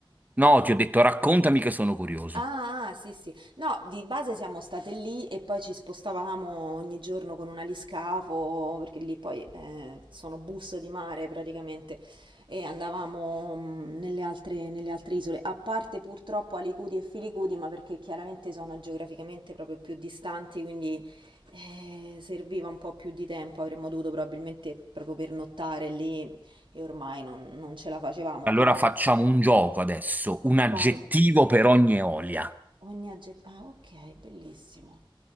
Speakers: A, on the right; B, on the right.
A: No, ti ho detto raccontami che sono curioso.
B: Ah, ah, sì, sì. No, di base siamo state lì e poi ci spostavamo ogni giorno con un aliscafo, perché lì poi eh, sono bus di mare praticamente, e andavamo mh, nelle altre, nelle altre isole, a parte purtroppo Alicudi e Filicudi, ma perché chiaramente sono geograficamente proprio più distanti, quindi eh, serviva un po' più di tempo, avremmo dovuto probabilmente proprio pernottare lì e ormai non non ce la facevamo,
A: Allora
B: però...
A: facciamo un gioco adesso, un aggettivo
B: Vai.
A: per ogni Eolia.
B: Ogni aggettivo. Ah, ok, bellissimo.